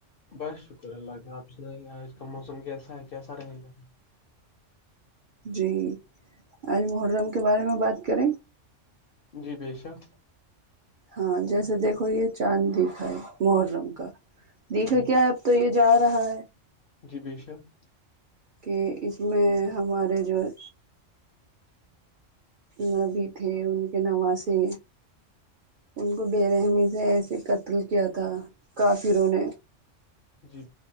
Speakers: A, on the left; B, on the right.
A: بس شکر اللہ کا آپ سنائیے آج کا موسم کیسا ہے کیسا رہے گا
B: جی آج محرم کے بارے میں بات کریں
A: جی بے شق
B: ہاں جیسے دیکھو یہ چاند دکھ ہے محرم کا دیکھے
A: جی
B: کیا اب تو یہ جا رہا ہے
A: جی بے شک
B: کہ اس میں
A: یہ تو
B: ہمارے جو ہے نبی تھے انکے نواسے ان کو بے رحمی سے ایسے قتل کیا تھا کافروں نے
A: جی